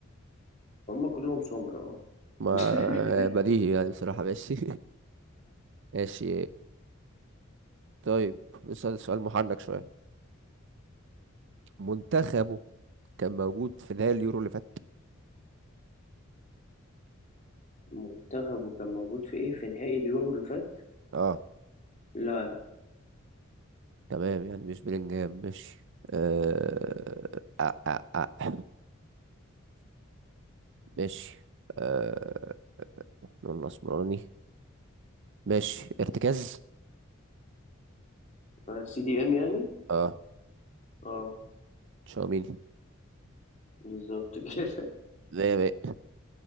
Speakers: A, on the left; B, on the right.
A: هم كلهم سمر اه
B: ما
A: <laughs>
B: بديهي يعني بصراحة ماشي <laughs> ماشي طيب نسأل سؤال محنك شوية منتخبه كان موجود في نهائي اليورو اللي فات
A: منتخبه كان موجود في ايه في نهائي اليورو اللي فات
B: اه
A: لا لا
B: تمام يعني مش بلينجهام ماشي آه... آه... آه... آه. ماشي آه... نقول اسمراني ماشي ارتكاز
A: آه، سي دي ام يعني
B: اه
A: اه
B: تشاوميني
A: بالظبط كده
B: زي ما